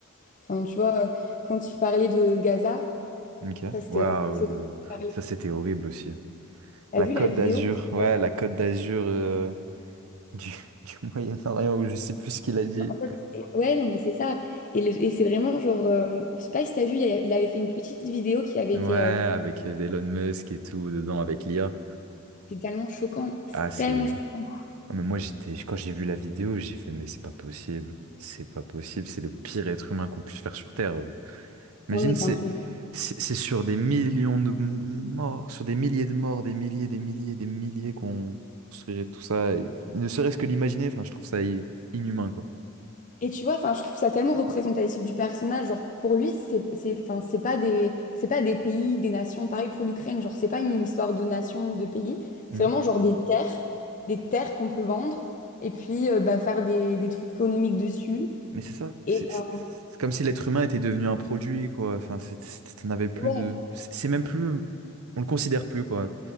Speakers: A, on the left (about 35°); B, on the right (about 80°).
A: Enfin, tu vois, euh, quand tu parlais de Gaza,
B: Ok.
A: ça, c'était
B: Waouh.
A: vraiment choquant
B: euh,
A: de parler.
B: Ça, c'était horrible aussi.
A: T'as
B: La
A: vu
B: Côte
A: la vidéo?
B: d'Azur. Ouais,
A: Euh,
B: la Côte d'Azur euh, du, <laughs> du Moyen-Orient, où je sais plus ce qu'il a dit.
A: En fait, c'est- ouais, non, mais c'est ça. Et, le- et c'est vraiment genre, euh, je sais pas si t'as vu, il y a- il avait fait une petite vidéo qui avait
B: Ouais,
A: été
B: avec
A: euh,
B: euh, Elon Musk et tout dedans, avec l'IA.
A: C'est tellement choquant. C'est
B: Ah, c'est.
A: tellement choquant.
B: Ah, mais moi, j'étais, quand j'ai vu la vidéo, j'ai fait, mais c'est pas possible. C'est pas possible. C'est le pire être humain qu'on puisse faire sur Terre. Imagine,
A: Non, mais
B: c'est,
A: c'est un truc. de-
B: c'est c'est sur des millions de morts, sur des milliers de morts, des milliers, des milliers, des milliers qu'on construirait tout ça. Et ne serait-ce que l'imaginer, enfin, je trouve ça i- inhumain, quoi.
A: Et tu vois, enfin, je trouve ça tellement représentatif du personnage. Genre, pour lui, c'est, c'est, enfin, c'est pas des, c'est pas des pays, des nations. Pareil pour l'Ukraine. Genre, c'est pas une histoire de nation ou de pays.
B: Mhm.
A: C'est vraiment genre des terres, des terres qu'on peut vendre et puis euh, bah, faire des, des trucs économiques dessus.
B: Mais c'est ça. C'est
A: Et enfin,
B: c'est- c'est comme si l'être humain était devenu un produit, quoi. Enfin, c'est- c'est- t'en avais plus
A: ouais,
B: de. C'est c'est même plus. On le considère plus, quoi.